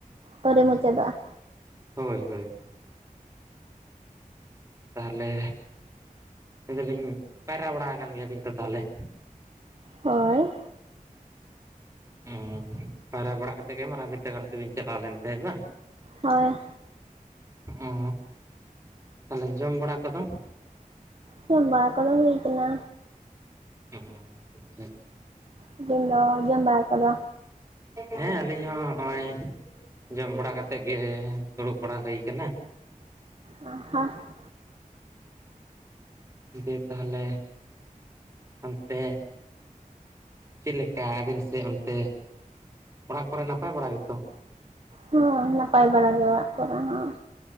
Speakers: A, on the right; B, on the right.
A: <unintelligible> ᱢᱩᱪᱟᱹᱫᱼᱟ,
B: ᱦᱳᱭ ᱦᱳᱭ ᱛᱟᱦᱚᱞᱮ ᱞᱟᱹᱭ ᱟᱞᱤᱧ ᱯᱟᱭᱨᱟ ᱵᱟᱲᱟ ᱟᱠᱟᱱ ᱜᱮᱭᱟᱵᱤᱱ ᱛᱚ ᱛᱟᱦᱚᱞᱮ᱾
A: ᱦᱳᱭ
B: ᱚ ᱯᱟᱭᱨᱟ ᱵᱟᱲᱟ ᱠᱟᱛᱮᱫ ᱜᱮ ᱢᱟᱨᱟᱝ ᱵᱤᱨᱫᱽᱫᱟᱹᱜᱟᱲ ᱥᱮᱫ ᱵᱤᱱ ᱪᱟᱞᱟᱣ ᱞᱮᱱ ᱛᱟᱦᱮᱸᱫ ᱵᱟᱝ?
A: ᱦᱳᱭ,
B: ᱚ ᱛᱟᱦᱚᱞᱮ ᱡᱚᱢ ᱵᱟᱲᱟ ᱠᱚᱫᱚ?
A: ᱥᱚᱢ ᱵᱟᱲᱟ ᱠᱚᱫᱚ ᱦᱩᱭ ᱟᱠᱟᱱᱟ
B: ᱚ ᱟᱪᱪᱷᱟ ᱟᱪᱪᱷᱟ
A: ᱟᱵᱤᱱ ᱫᱚ ᱡᱚᱢ ᱵᱟᱲᱟ ᱟᱠᱟᱫᱚ?
B: ᱦᱮᱸ ᱟᱹᱞᱤᱧ ᱦᱚᱸ ᱱᱚᱜᱼᱚᱭ ᱡᱚᱢ ᱵᱟᱲᱟ ᱠᱟᱛᱮᱫ ᱜᱮ ᱫᱩᱲᱩᱵ ᱵᱟᱲᱟ ᱦᱩᱭ ᱠᱟᱱᱟ᱾
A: <unintelligible>
B: ᱫᱤᱭᱮ ᱛᱟᱦᱚᱞᱮ ᱦᱟᱱᱛᱮ ᱪᱮᱫ ᱞᱮᱠᱟ ᱟᱵᱤᱱ ᱥᱮᱫ ᱚᱱᱛᱮ ᱚᱲᱟᱜ ᱠᱚᱨᱮ ᱱᱟᱯᱟᱭ ᱵᱟᱲᱟ ᱜᱮᱛᱚ
A: ᱦᱚᱸ ᱱᱟᱯᱟᱭ ᱵᱟᱲᱟ ᱜᱮ ᱚᱲᱟᱜ ᱠᱚᱨᱮ ᱦᱚᱸ᱾